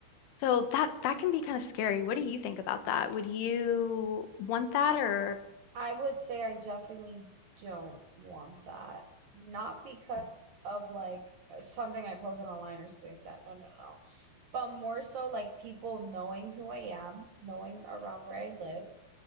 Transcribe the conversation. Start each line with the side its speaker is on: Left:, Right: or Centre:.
Left: So that that can be kind of scary. What do you think about that? Would you want that
Right: I
Left: or
Right: I would say I definitely don't want that. Not because of like something I posted online or something like that. No, no, no. But more so like people knowing who I am, knowing around where I live,